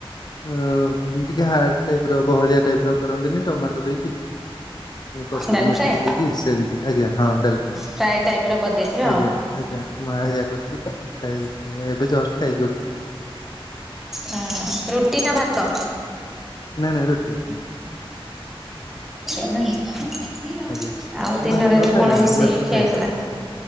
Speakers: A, on the left; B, in the centre.
A: ଅ ଟିକେ ହାର୍ଡ ଟାଇପ୍ ର ବହଳିଆ ଟାଇପ୍ ର କରନ୍ତିନି ଟମାଟୋ ଦେଇକି। କସ୍ତୁରୀ
B: ଡାଲ
A: ମେଥି
B: ଫ୍ରାଏ।
A: ଦେଇକି ସେମିତି ଆଜ୍ଞା ହଁ ଡାଲମା
B: ଫ୍ରାଏ ଟାଇପ ର କରିଦେଇଥିବେ
A: ଆଜ୍ଞା।
B: ଆଉ
A: ଆଜ୍ଞା ମା ହେଇଆ କରିଥିଲା ଖାଇକି ଏବେ ଜଷ୍ଟ ଖାଇକି ଉଠିଲି।
B: ହଁ ରୁଟି ନା ଭାତ?
A: ନାଇଁ ନାଇଁ ରୁଟି।
B: ଆଉ
A: ଆଜ୍ଞା
B: ଦିନରେ
A: ଭାତ
B: ଆଜି
A: ଖାଇ
B: କଣ ରୋଷେଇ
A: ଭାତ
B: ଖିଆ
A: ଖାଇବା
B: ହେଇଥିଲା?